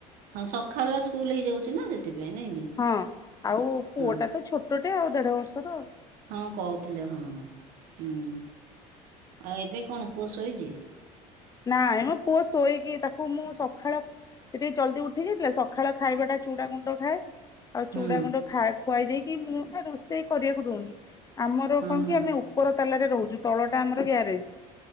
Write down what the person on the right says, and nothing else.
ହଁ ସଖାଳୁଆ ସ୍କୁଲ ହେଇଯାଉଚି ନା ସେଥିପାଇଁ ନାଇଁ କି
ହଁ
ହଁ କହୁଥିଲେ ହଁ। ହୁଁ ଆଉ ଏବେ କଣ ପୁଅ ଶୋଇଚି।
ହୁଁ
ହଁ
ହଁ